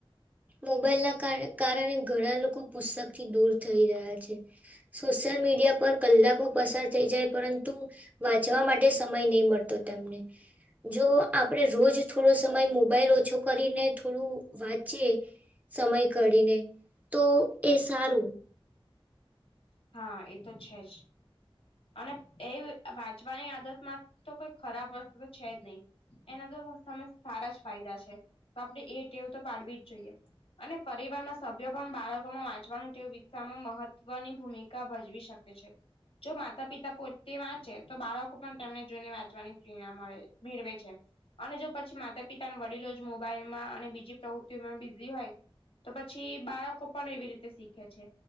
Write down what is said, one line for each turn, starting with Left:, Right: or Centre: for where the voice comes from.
Right: મોબાઈલ ના કાર કારણે ઘણા લોકો પુસ્તક થી દૂર થઈ રહ્યા છે. સોશિયલ મીડિયા પર કલાકો પસાર થઈ જાય પરંતુ વાંચવા માટે સમય નહી મળતો તેમને જો આપણે રોજ થોડો સમય મોબાઈલ ઓછો કરીને થોડું વાંચીએ સમય કઢીને તો એ સારું
Left: હા એ તો છે જ અને એ વાંચવાની આદત માં તો કોઈ ખરાબ વસ્તુ તો છે જ નહી એના તો <unintelligible> સારા જ ફાયદા છે તો આપણે એ ટેવ તો પાડવી જ જોઈએ અને પરિવારના સભ્યો પણ બાળકોમાં વાંચવાની ટેવ વિકસામાં મહત્વની ભૂમિકા ભજવી શકે છે. જો માતા પિતા પોતે વાંચે તો બાળકો પણ તેમને જોઈને વાંચવાની પ્રેરણા મળે મેળવે છે. અને જો પછી માતા પિતા વડીલો જ મોબાઈલમાં અને બીજી પ્રવૃત્તિઓમાં બીઝી હોય તો પછી બાળકો પણ એવી રીતે શીખે છે